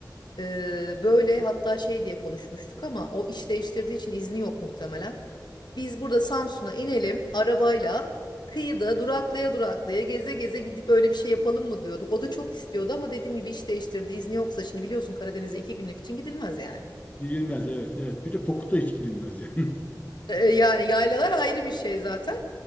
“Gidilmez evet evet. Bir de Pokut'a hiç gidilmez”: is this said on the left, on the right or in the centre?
Left